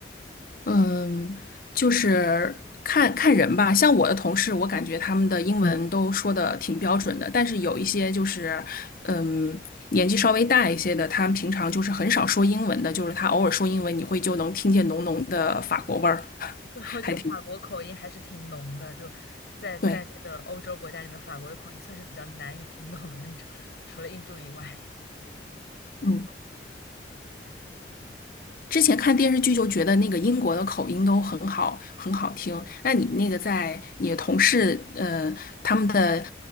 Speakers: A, on the left (about 50°); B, on the left (about 65°).
A: 嗯，就是看看人吧。像我的同事，我感觉他们的英文都说的挺标准的，但是有一些就是，嗯，年纪稍微大一些的，他们平常就是很少说英文的，就是他偶尔说英文，你会就能听见浓浓的法国味儿，<laughs>
B: <laughs> 对，我觉得法国口音还是挺浓的，
A: 还挺
B: 就在在这个欧洲国家里面，
A: 对。
B: 法国的口音算是比较难以听懂的那种，<laughs> 除了印度以外。
A: 嗯。之前看电视剧就觉得那个英国的口音都很好，很好听。那你那个在你的同事，呃，他们的